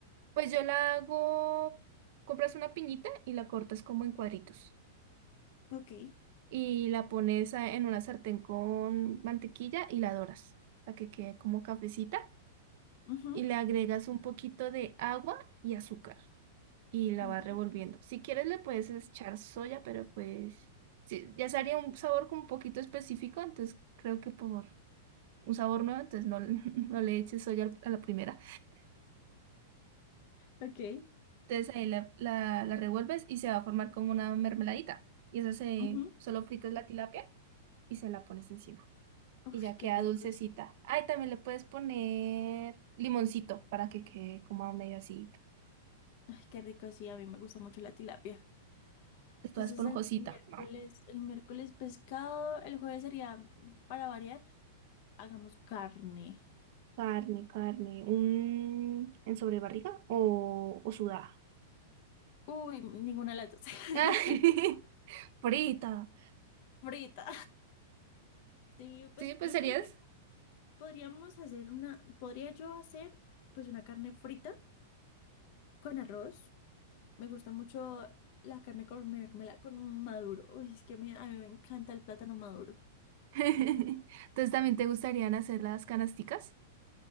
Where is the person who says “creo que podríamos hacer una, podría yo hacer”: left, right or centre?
Left